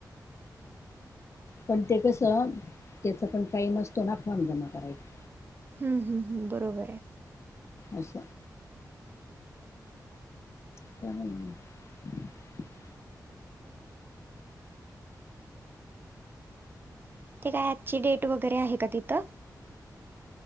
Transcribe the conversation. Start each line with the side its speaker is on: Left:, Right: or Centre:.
Left: पण ते कसं त्याचा पण टाईम असतो ना फॉर्म जमा करायचा.
Right: हम्म हम्म हम्म बरोबर आहे.
Left: अस. <inaudible>
Right: ते काय आजची डेट वगैरे आहे का तिथं?